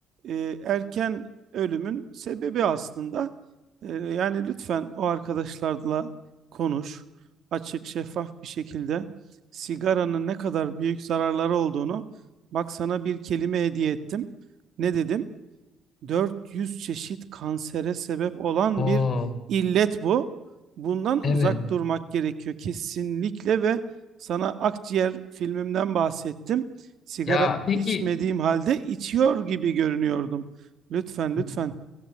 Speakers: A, on the right; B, on the left.
A: e, erken ölümün sebebi aslında. E, yani lütfen o arkadaşlarla konuş. Açık, şeffaf bir şekilde sigaranın ne kadar büyük zararları olduğunu bak sana bir kelime hediye ettim. Ne dedim? 400 çeşit kansere sebep olan
B: Oo,
A: bir illet bu. Bundan
B: evet.
A: uzak durmak gerekiyor kesinlikle ve sana akciğer filmimden bahsettim. Sigara
B: Ya peki
A: içmediğim halde içiyor gibi görünüyordum. Lütfen lütfen.
B: M-